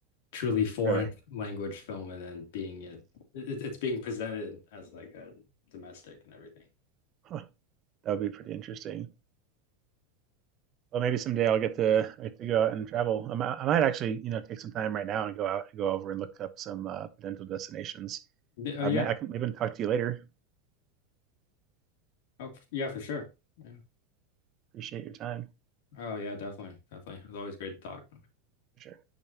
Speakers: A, on the left; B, on the right.
A: truly foreign
B: Really,
A: language film and then being it, it it's being presented as like a domestic and everything.
B: huh. that would be pretty interesting. Well, maybe someday I'll get to I get to go out and travel. I might, I might actually, you know, take some time right now and go out, and go over and look up some uh, potential destinations.
A: Oh
B: Uh,
A: yeah,
B: may- I can maybe talk to you later.
A: oh, yeah, for sure. Yeah.
B: Appreciate your time
A: Oh yeah, definitely, definitely. It was always great to talk.
B: for sure.